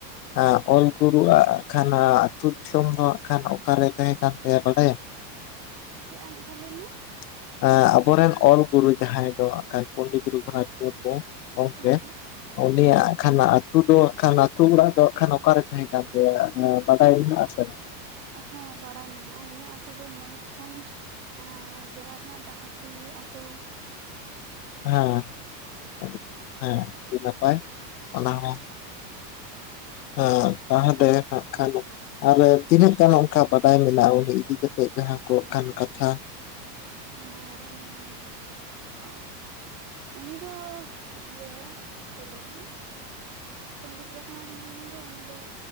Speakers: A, on the left (about 80°); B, on the right (about 60°).
A: <unintelligible> ᱚᱞ ᱜᱩᱨᱩᱣᱟᱜ ᱠᱷᱟᱱ ᱟᱹᱛᱩ ᱫᱤᱥᱚᱢ ᱫᱚ ᱦᱟᱸᱜ ᱠᱷᱟᱱ ᱚᱠᱟᱨᱮ ᱛᱟᱦᱮᱸ ᱠᱟᱱ ᱛᱟᱭᱟ ᱵᱟᱰᱟᱭᱟᱢ?
B: <inaudible> ᱪᱮᱫ ᱟᱨ ᱢᱤᱫ ᱫᱷᱟᱣ ᱞᱟᱹᱭ ᱢᱮ᱾
A: <unintelligible> ᱟᱵᱚᱨᱮᱱ ᱚᱞ ᱜᱩᱨᱩ ᱡᱟᱦᱟᱸᱭ ᱫᱚ ᱮᱱᱠᱷᱟᱱ ᱯᱚᱸᱰᱤᱛ ᱨᱚᱜᱷᱩᱱᱟᱛᱷ ᱢᱩᱨᱢᱩ᱾ ᱜᱚᱢᱠᱮ,
B: ᱦᱩᱸ
A: <inaudible> ᱩᱱᱤᱭᱟᱜ
B: ᱦᱩᱸ
A: ᱾ ᱠᱷᱟᱱ ᱟᱹᱛᱩ ᱫᱚ ᱠᱷᱟᱱ ᱟᱹᱛᱩ ᱚᱲᱟᱜ ᱫᱚ ᱠᱷᱟᱱ ᱚᱠᱟᱨᱮ ᱛᱟᱦᱮᱸ ᱠᱟᱱ ᱛᱟᱭᱟ ᱵᱟᱰᱟᱭ ᱢᱮᱱᱟᱜᱼᱟ ᱥᱮ ᱵᱟᱝ?
B: ᱦᱮᱸ, ᱵᱟᱲᱟᱭ ᱢᱮᱱᱟᱜᱼᱟ᱾ ᱩᱱᱤᱜᱟᱜ ᱟᱹᱛᱩ ᱫᱚ ᱢᱚᱭᱩᱨᱵᱷᱚᱸᱡᱽ ᱾ <unintelligible> ᱡᱮᱞᱟ ᱨᱮᱱᱟᱜ ᱰᱟᱦᱟᱨᱰᱤ ᱟᱹᱛᱩ᱾
A: ᱦᱮᱸ <unintelligible> ᱦᱮᱸ ᱟᱹᱰᱤ ᱱᱟᱯᱟᱭ ᱚᱱᱟ ᱦᱚᱸ ᱾ <unintelligible> ᱛᱟᱦᱚᱞᱮ ᱵᱟᱠᱷᱟᱱ ᱫᱚᱼᱼ ᱟᱨ ᱛᱤᱱᱟᱹᱜ ᱜᱟᱱ ᱚᱱᱠᱟ ᱵᱟᱰᱟᱭ ᱢᱮᱱᱟᱜᱼᱟ ᱩᱱᱤ ᱤᱫᱤᱠᱟᱛᱮᱫ ᱡᱟᱦᱟᱸ ᱠᱚ ᱚᱱᱠᱟᱱ ᱠᱟᱛᱷᱟ?
B: ᱦᱮᱸ ᱟᱨ ᱩᱱᱤ <unintelligible> ᱩᱱᱤ ᱫᱚ ᱤᱭᱟᱹ ᱪᱮᱫ ᱠᱚ ᱞᱟᱹᱭᱟ? ᱯᱚᱸᱰᱤᱛ ᱨᱚᱜᱷᱩᱱᱟᱛᱷ ᱢᱩᱨᱢᱩ ᱫᱚ ᱩᱱᱤ ᱫᱚᱼᱼ